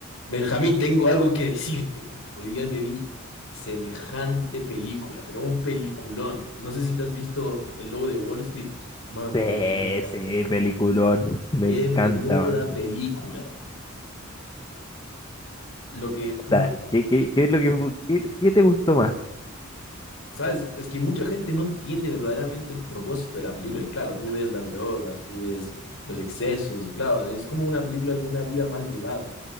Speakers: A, on the left; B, on the left.
A: Benjamín, tengo algo que decirte. Hoy día me vi semejante película, pero un peliculón. No sé si te has visto El Lobo de Wall Street. Mamita
B: Sí,
A: querida,
B: sí, peliculón. Sí,
A: qué
B: Me encanta,
A: menuda
B: man.
A: película. Lo que, no,
B: Tal. ¿Qué,
A: es
B: qué,
A: que,
B: qué es lo que fu- qué, qué te gustó más?
A: ¿sabes? Es que mucha gente no entiende verdaderamente el propósito de la película. Y claro, tú ves las drogas, tú ves los excesos, y claro, es como una película de una vida mal llevada.